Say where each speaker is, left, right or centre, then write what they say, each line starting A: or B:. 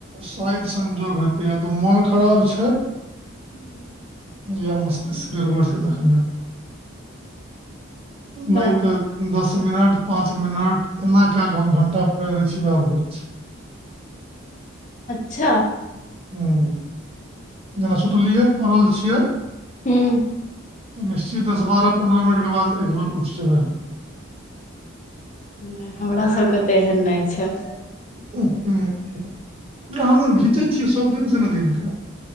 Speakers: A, on the right; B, on the left.
A: शाइद-संजोग हेतै या तऽ मोन खराब छै।
B: हूं
A: या मस्तिष्क गड़बड़ छै तखन ने।
B: अच्छा
A: नै तऽ दस मिनट पाँच मिनट एना कऽ गो हम घंटा पूराले छियै बाबू
B: अच्छा।
A: हूं जेना सुतलियै पड़ल छियै।
B: हूं।
A: निश्चित दस बारह पन्द्रह मिनट के बाद एकबेर उठ जेबै।
B: नै हमरा सबके तऽ एहन नै छै।
A: <unintelligible> अहाँ सब घीचै छियै सब दिन स न दिन कऽ।